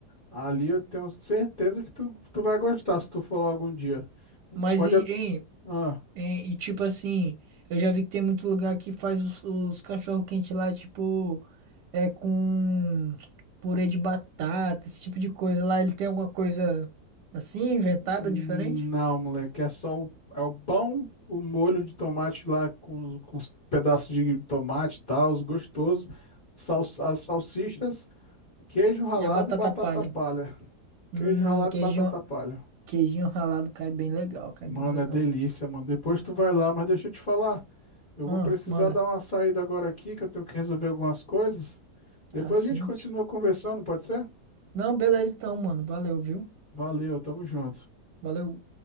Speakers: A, on the left; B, on the right.
A: Ali eu tenho certeza que tu, tu vai gostar se tu for lá algum dia.
B: Mas
A: Tu pode.
B: e,
A: at-
B: hein,
A: Ah,
B: É, E, tipo assim, eu já vi que tem muito lugar que faz os, os cachorro quente lá, tipo, é com purê de batata, esse tipo de coisa. Lá ele tem alguma coisa assim, inventada,
A: não,
B: diferente?
A: moleque, é só o, é o pão, o molho de tomate lá com, os- com os pedaços de tomate e tal, os gostosos, sal, as salsichas, queijo ralado
B: E a batata
A: e batata
B: palha.
A: palha.
B: Hum,
A: Queijo ralado
B: queijinho,
A: e batata palha.
B: queijinho ralado cai bem legal, cai
A: Mano,
B: bem legal.
A: é delícia, mano. Depois tu vai lá, mas deixa eu te falar. Eu
B: Ah,
A: vou precisar
B: manda.
A: dar uma saída agora aqui, que eu tenho que resolver algumas coisas. Depois
B: Ah, sim.
A: a gente continua conversando, pode ser?
B: Não, beleza então, mano. Valeu, viu?
A: Valeu, tamo junto.
B: Valeu.